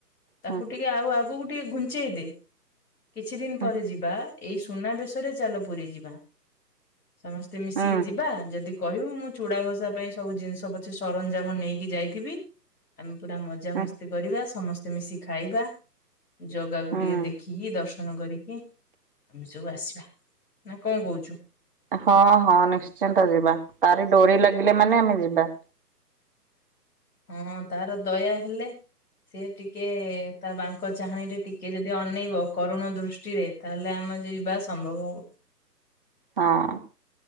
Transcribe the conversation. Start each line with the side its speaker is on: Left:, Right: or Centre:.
Left: ତାକୁ
Right: ହୁଁ
Left: ଟିକେ ଆଉ ଆଗକୁ ଟିକେ ଘୁଞ୍ଚେଇ ଦେ। କିଛି ଦିନ
Right: ହୁଁ
Left: ପରେ ଯିବା, ଏଇ ସୁନାବେଶରେ ଚାଲ ପୁରୀ ଯିବା। ସମସ୍ତେ ମିଶିକି
Right: ହୁଁ।
Left: ଯିବା, ଯଦି କହିବୁ ମୁଁ ଚୁଡ଼ା ଘଷା ପାଇଁ ସବୁ ଜିନିଷ ପଛେ ସରଞ୍ଜାମ ନେଇକି ଯାଇଥିବି। ଆମେ ପୁରା ମଜାମସ୍ତି
Right: ହୁଁ
Left: କରିବା, ସମସ୍ତେ ମିଶିକି ଖାଇବା। ଜଗାକୁ
Right: ହୁଁ
Left: ଟିକେ ଦେଖିକି ଦର୍ଶନ କରିକି ଆମେ ସବୁ ଆସିବା, ନା କଣ କହୁଛୁ?
Right: ହଁ ହଁ ନିଶ୍ଚିନ୍ତ ଯିବା, ତାରି ଡୋରି ଲାଗିଲେ ମାନେ ଆମେ ଯିବା।
Left: ହଁ ତାର ଦୟା ହେଲେ ସେ ଟିକେ ତା ବାଙ୍କ ଚାହାଣି ରେ ଟିକେ ଯଦି ଅନେଇବ, କରୁଣ ଦୃଷ୍ଟିରେ ତାହେଲେ ଆମେ ଯିବା ସମ୍ଭବ ହବ।
Right: ହଁ।